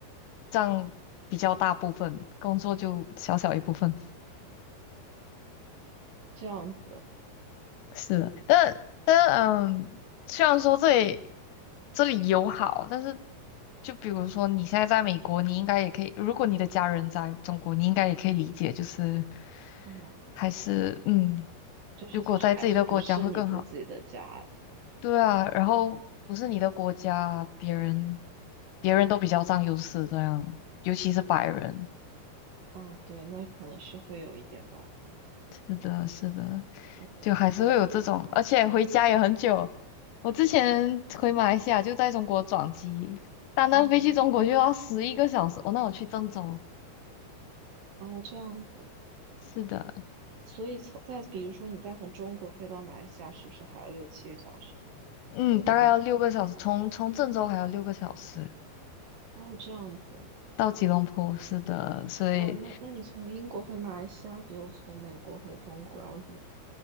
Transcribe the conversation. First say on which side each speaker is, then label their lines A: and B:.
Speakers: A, on the left; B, on the right.
A: 占比较大部分，工作就小小一部分。
B: 这样子，
A: 是的，但但嗯，虽然说这里这里友好，但是就比如说你现在在美国，你应该也可以，如果你的家人在中国，你应该也可以理解，就是
B: 啊，
A: 还是嗯，
B: 就是就是还是不是你自己的家
A: 如果在自己的国家会更好。对啊，然后不是你的国家，别人别人都比较占优势，这样，尤其是白人。
B: 啊？对，那可能是会有一点吧。
A: 是的，是的，
B: 嗯，
A: 就还是会有这种，而且回家也很久。我之前回马来西亚就在中国转机，单单飞去中国就要十一个小时。
B: 哦，
A: 哦，那我去郑州，
B: 哦，这样子。
A: 是的，
B: 所以从再比如说你再从中国飞到马来西亚，是不是还要六七个小时？
A: 嗯，
B: 一样吗？
A: 大概要六个小时，从从郑州还要六个小时
B: 哦，这样子。
A: 到吉隆坡，是的，所以
B: 哦，那那你从英国回马来西亚比我从美国回中国要远。